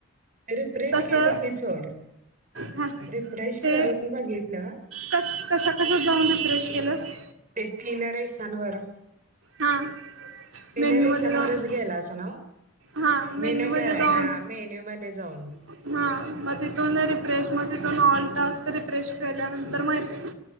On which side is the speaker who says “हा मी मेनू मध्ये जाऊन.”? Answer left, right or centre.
Right